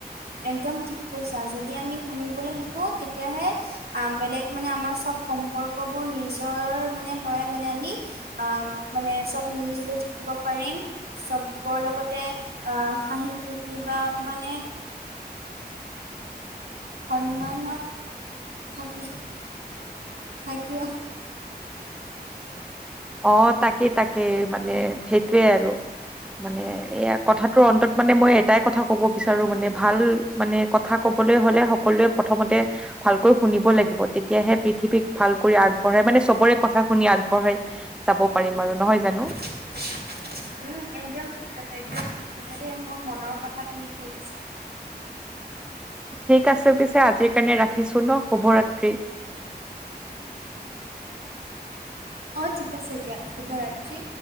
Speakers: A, on the right; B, in the centre.
A: একদম ঠিক কৈছা যদি আমি শুনিবলৈ শিকোঁ তেতিয়াহে। আহ, বেলেগ মানে আমাৰ চব সম্পৰ্কবোৰ নিজৰ মানে পৰাই মানে আমি। আহ মানে চব মিলি - জুলি থাকিব পাৰিম। চবৰ লগতে আহ হাঁহি ফূৰ্তি বা মানে। সন্মানত থাকিম, থাকিব।
B: অ' তাকেই তাকেই মানে সেইটোৱে আৰু মানে এয়া কথাটোৰ অন্তত। মানে মই এটাই কথা ক'ব বিচাৰো মানে ভাল মানে কথা ক'বলৈ হলে সকলোৱে প্ৰথমতে। ভালকৈ শুনিব লাগিব, তেতিয়াহে পৃথিৱীক ভালকৈ আগবঢ়াই মানে চবৰে কথা। কথা শুনি আগবঢ়াই যাব পাৰিম আৰু নহয় জানো।
A: <unintelligible> উম, একদম ঠিক কৈছা একদম ঠিক কৈছা দেই মোৰ মনৰ কথা তুমি কৈ দিছা।
B: ঠিক আছে পিছে আজিৰ কাৰণে ৰাখিছো ন শুভৰাত্ৰি।
A: অ' ঠিক আছে দিয়া, শুভ ৰাত্ৰি।